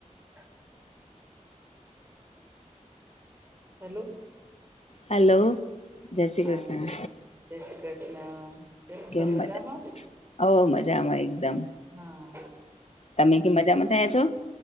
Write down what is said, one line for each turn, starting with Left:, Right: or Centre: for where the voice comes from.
Right: <inaudible> હાલો.
Left: Hello જય શ્રી
Right: હા
Left: કૃષ્ણ.
Right: જય શ્રી કૃષ્ણ.
Left: કેમ
Right: છો મજામાં
Left: મજા ઓ ઓ મજામાં એકદમ.
Right: હા.
Left: તમે કે મજામાં થયા છો